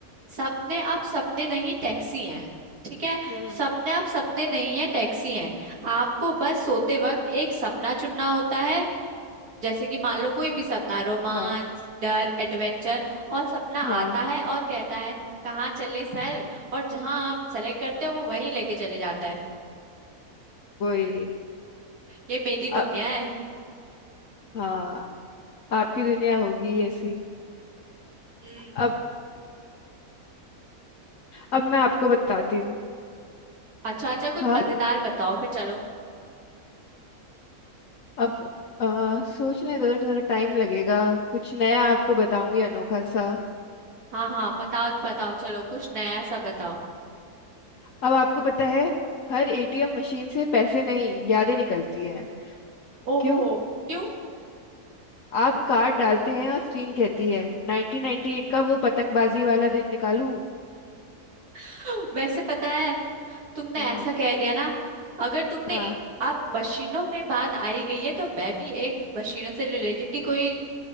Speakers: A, on the right; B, on the left.
A: सपने आप सपने नहीं टैक्सी हैं ठीक है
B: हम्म
A: सपने आप सपने नहीं है टैक्सी हैं आपको बस सोते वक्त एक सपना चुनना होता है जैसे कि मान लो कोई भी सपना रोमांस
B: हाँ
A: डर एडवेंचर और सपना
B: हाँ
A: आता है और कहता है कहाँ चले सर और जहाँ आप सेलेक्ट करते हो वो वहीं लेके चले जाता है
B: वही
A: ये मेरी
B: अ-
A: दुनिया है
B: हाँ आपकी दुनिया होगी ऐसी
A: हम्म
B: अब अब मैं आपको बताती हूँ
A: अच्छा अच्छा कुछ
B: हाँ
A: मजेदार बताओ फिर चलो
B: अब आ, सोचने दो थोड़ा टाइम लगेगा कुछ नया आपको बताऊंगी अनोखा सा
A: हाँ हाँ बताओ बताओ चलो कुछ नया सा बताओ
B: अब आपको पता है हर एटीएम मशीन से पैसे नहीं यादें निकलती है
A: ओहो
B: क्यों
A: क्यों
B: आप कार्ड डालते हैं और स्क्रीन कहती है 1998 का वो पतंगबाजी वाला दिन निकालूं
A: <laughs> वैसे पता है तुमने
B: हाँ
A: ऐसा कह दिया ना अगर तुमने
B: हाँ
A: आप मशीनों पे बात आई गई है तो मैं भी एक मशीनों से रिलेटेड ही कोई